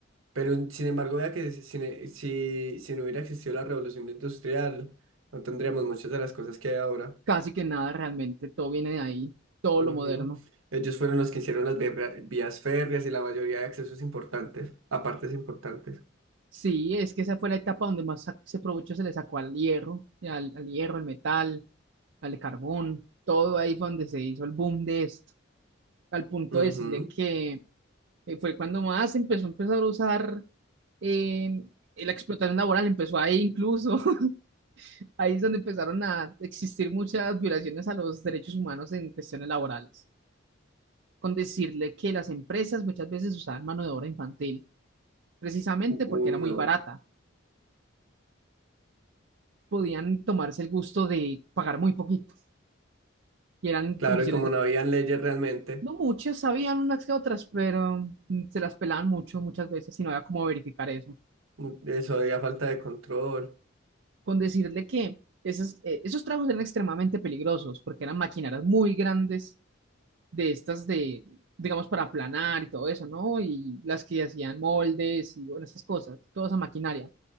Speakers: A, on the right; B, on the right.
A: pero sin embargo, vea que si, si, si si no hubiera existido la revolución industrial, no tendríamos muchas de las cosas que hay ahora.
B: Casi que nada realmente, todo viene de ahí, todo
A: Ujú.
B: lo moderno.
A: Ellos fueron los que hicieron las vibra- vías férreas y la mayoría de accesos importantes, a partes importantes.
B: Sí, es que esa fue la etapa donde más sa- se aprovechó, se le sacó al hierro, y al, al hierro, al metal, al carbón, todo ahí fue donde se hizo el boom de esto, al punto de
A: Ujú.
B: decirle que eh, fue cuando más empezó a empezar a usar eh, la explotación laboral, empezó ahí incluso, <laughs> ahí es donde empezaron a existir muchas violaciones a los derechos humanos en cuestiones laborales, con decirle que las empresas muchas veces usaban mano de obra infantil, precisamente
A: U-
B: porque
A: Uy,
B: era
A: no.
B: muy barata, podían tomarse el gusto de pagar muy poquito y eran
A: Claro,
B: condiciones
A: y como
B: de
A: no habían leyes realmente,
B: No muchas, sabían unas que otras, pero mm, se las pelaban mucho muchas veces y no había cómo verificar eso.
A: u- eso había falta de control.
B: Con decirle que esas, eh, esos tragos eran extremadamente peligrosos porque eran maquinarias muy grandes de estas de, digamos, para aplanar y todo eso, ¿no? Y las que hacían moldes y bueno, esas cosas, toda esa maquinaria.